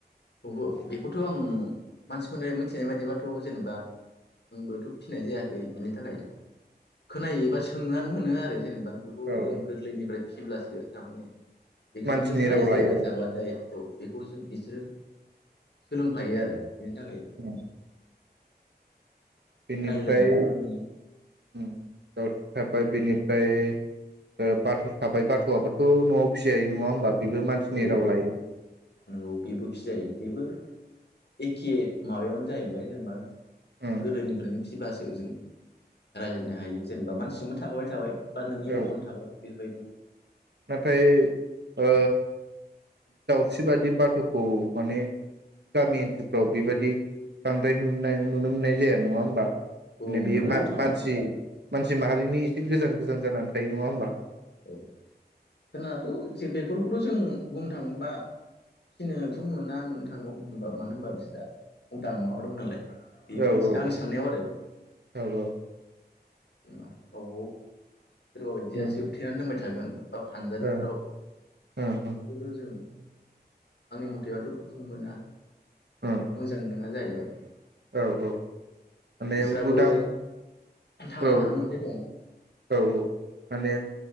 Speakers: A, on the left; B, on the right.
A: बहो बेखौथ आं मानसिफोरफ्राय मिथिनाय बाददिबाथ जेनेबा आंबोथ फिनाय जायाखै बिनि थाखाय खोनायो बा सोंनानै मोनो आरो जेनेबा बेखौ
B: औ
A: जों गोरलैनिफ्राय फिसिब्लासो थारमाने बेजोंनो
B: मानसिनि
A: जों रायज्लायबाय
B: राव लायो आरो
A: थाबाथाय औ बेखौ जों बिसोरो सोलोंफायो आरो बेनि थाखाय
B: औ बिनिफ्राय
A: रायलायनायखौ नुनो मोनो
B: <unintelligible> ओफ्राय बिनिफ्राय ओ बाथ थाबाय बाथ आबोथ नआव फिसिजायो नङा होमबा? बेबो मानसिनि
A: औ औ
B: राव लायो
A: नोंगौ बेबो फिजायो बेबो एखे माबायावनो जाहैबाय जेनेबा
B: उम
A: गोदोनिफ्रायनो फिसिबासो जों रायलायनो हायो जेनेबा मानसिजोंबो थाफाबाय थाबाय। बा नोंनि
B: औ
A: न'आवनो थाबाय बेफोरबायदि
B: नाथाय ओ दावस्रि बादि बाथखौ माने गामि ओनसोलफ्राव बेबायादि बांद्राय नुनाय नुनो मोननाय जाया नङा होमबा?
A: औ
B: माने बियो
A: मोननोथ'
B: मा-मा-मानसि
A: थाङा
B: मानसि माहारिनि थिग गोजान गोजान जानानै थायो नङा होमबा?
A: औ खोनाथ जे बेखौथ जों बुंनो थाङोबा फिनोथ मोना मोननो थाङोबा बुंबा मानो होनबा बिस्रा उदां माबा दं नालाय बे
B: औ
A: मोनसे
B: औ
A: आंनि साननायाव आरो
B: औ औ
A: जेनबा गावबा गाव सोरबो बायदिया
B: उम
A: जोबथे होनबाय थागोन बा फानजारिफ्राव
B: ओं ओं ओं
A: बेफोरखौथ जों आंनि मथेबाथ मोना
B: ओं ओं
A: मोजां नङा जाहैबाय
B: औ औ माने
A: बिस्राबो
B: उदां
A: थांना
B: औ
A: थानो मोनथाय दं
B: औ औ माने